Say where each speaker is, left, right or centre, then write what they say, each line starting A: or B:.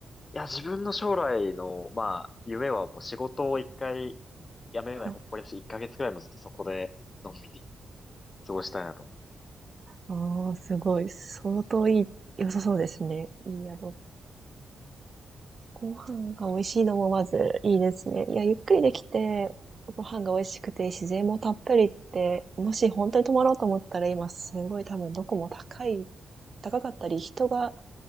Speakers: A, on the left; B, on the right.
A: いや、自分の将来の、まあ、夢はもう仕事を一回辞めないほっぽりだし、
B: はい。
A: 一ヶ月ぐらいもずっとそこで、のんびり過ごしたいなと思ってます。
B: ああ、すごい。相当いい、良さそうですね。いい宿。ご飯が美味しいのもまずいいですね。いや、ゆっくりできて、ご飯が美味しくて自然もたっぷりって、もし本当に泊まろうと思ったら今すごい多分どこも高い、高かったり、人が、